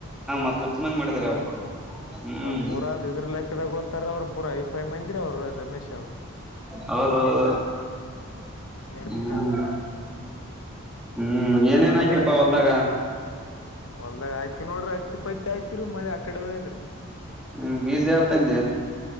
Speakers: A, in the centre; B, on the left.
A: <unintelligible>
B: ಹಾ
A: ಅವ ಹ್ಮ್
B: ಅವ್ರ ಪೂರದ್ ಇದ್ರ ಲೆಕ್ಕದಾಗ ಓದತಾರ ಅವ್ರು ಪೂರಾ ಫೈ ಮೆನ್ ಇದ್ರು ಅವರು ರಮೇಶ್ ಅವರು
A: ಹೌದೌ ಹೌದು
B: ಅದೇಂತನಲ್ರಿ
A: ಹ್ಮ್
B: ನಾ
A: ಹ್ಮ್
B: ಮತ್ತೆ
A: ಏನೇನ್
B: ನಡದ್ರಿ
A: ಹಾಕಿರ್ಪ ಹೊಲ್ದಾಗ
B: ಹೊಲ್ದಾಗ ಹಾಕಿ ನೋಡ್ರಿ ಹತ್ತಿ ಪತ್ತಿ ಆಯಕರಿ ಮಳೆ ಆ ಕಡೆ ಹೋಯದ್ರಿ
A: ಹ ಬೀಜ ಯಾವಾಗ್ ತದೇ